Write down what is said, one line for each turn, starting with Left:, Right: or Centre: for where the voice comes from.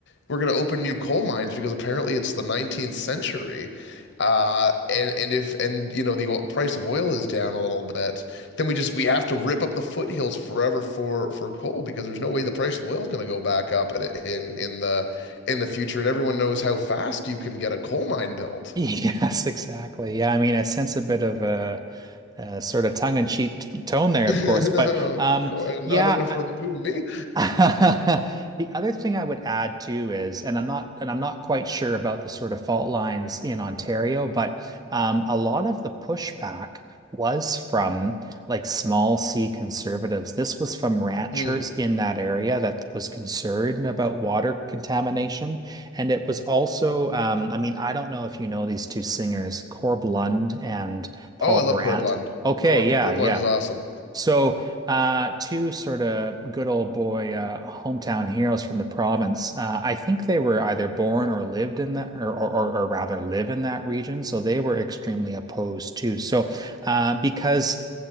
Left: we're going to open new coal mines because apparently it's the 19th century. Uh, and and if and you know the o- price of oil is down a little bit, then we just we have to rip up the foothills forever for for coal because there's no way the price of oil is going to go back up at, in in the in the future. And everyone knows how fast you can get a coal mine built.
Right: <laughs> Yes, exactly. Yeah, I mean, I sense a bit of a, a sort of tongue-in-cheek tone there,
Left: <laughs>
Right: of course, but um,
Left: Cor- Not
Right: yeah,
Left: enough
Right: I,
Left: from who me?
Right: <laughs> The other thing I would add too is, and I'm not, and I'm not quite sure about the sort of fault lines in Ontario, but um, a lot of the pushback was from like small C conservatives. This was from ranchers
Left: Hmm.
Right: in that area that was concerned about water contamination, and it was also, um, I mean, I don't know if you know these two singers, Corb Lund and Paul
Left: Oh, I love
Right: Brandt.
Left: Cor Blond.
Right: Okay,
Left: Cor,
Right: yeah,
Left: Cor
Right: yeah.
Left: Blond is awesome.
Right: So, uh, two sort of good old boy uh, hometown heroes from the province. Uh, I think they were either born or lived in that, or, or, or or rather live in that region. So they were extremely opposed too. So, uh, because